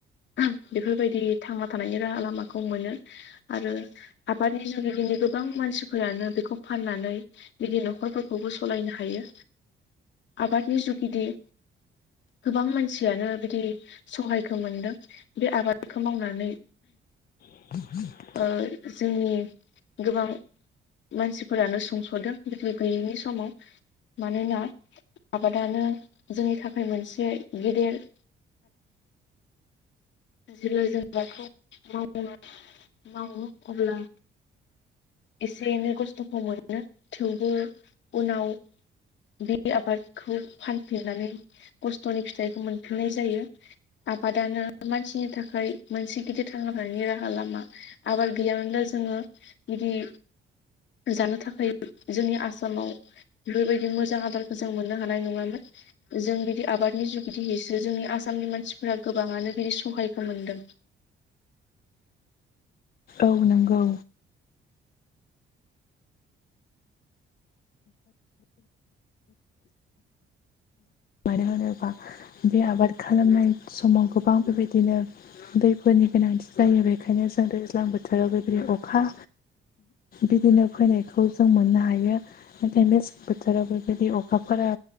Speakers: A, on the left (about 65°); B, on the left (about 50°).
A: बेफोरबायदि थांना थानायनि राहा लामाखौ मोनो। आरो आबादनि जुगिदिनो गोबां मानसिफोरानो बेखौ फाननानै बिनि न'खरफोरखौबो सलायनो हायो आबादनि जुगिदि गोबां मानसियानो बिदि सहायखो मोनदों। बे आबादखौ मावनानै
B: <inaudible>
A: ओ जोंनि गोबां मानसिफोरानो सुंस'दों। <unintelligible> गैयैनि समाव मानोना आबादानो जोंनि थाखाय मोनसे गेदेर जेब्ला <unintelligible> मावो अब्ला एसे एनै खस्थ'खौ मोनो थेवबो उनाव बे आबादखौ फानफिननानै खस्थ'नि फिथाइखौ मोनफिननाय जायो। आबादानो मानसिनि थाखाय मोनसे गिदिर थांना थानायनि राहा लामा आबाद गैयामोनब्ला जोङो बिदि जानो थाखाय जोंनि आसामाव बेफोरबायदि मोजां आदारखौ जों मोननो हानाय नङामोन। जों बिदि आबादनि जुगिदिहैसो जोंनि आसामनि मानसिफोरा गोबाङानो बिदि सहायखौ मोनदों।
B: औ नंगौ। मानो होनोबा बे आबाद खालामनाय समाव गोबां बेबायदिनो दैफोरनि गोनांथि जायो बेखायनो जों दैज्लां बोथोराव बेबायदि अखा बिदिनो फैनायखौ जों मोननो हायो। नाथाय मेसें बोथोराव बेबायदि अखाफोरा